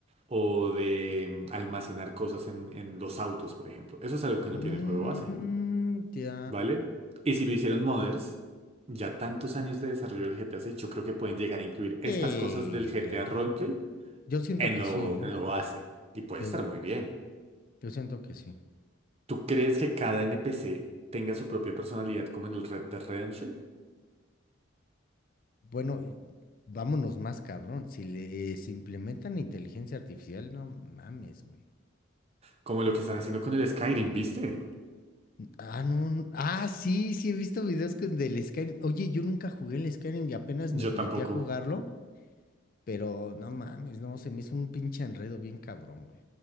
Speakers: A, on the right; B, on the left.
A: O de mm, almacenar cosas en, en los autos, por ejemplo. Eso es algo
B: Mm,
A: que no tiene el juego base,
B: ya.
A: ¿vale? Y si lo hicieron modders, ya tantos años de desarrollo del GTA 6, yo creo que pueden llegar a incluir estas
B: Sí,
A: cosas del GTA
B: claro.
A: Roleplay
B: Yo siento
A: en
B: que
A: lo,
B: sí, ¿eh?
A: en lo base. Y puede
B: Sí,
A: estar muy bien.
B: yo siento que sí.
A: ¿Tú crees que cada NPC tenga su propia personalidad como en el Red Dead Redemption?
B: Bueno, y vámonos más cabrón. Si les implementan inteligencia artificial, no mames, güey.
A: Como lo que están haciendo con el Skyrim, ¿viste?
B: Ah, no. n- Ah, sí, sí, he visto videos con- del Skyrim. Oye, yo nunca jugué el Skyrim y apenas
A: Yo
B: me metí
A: tampoco.
B: a jugarlo, pero no mames, no, se me hizo un pinche enredo bien cabrón, güey.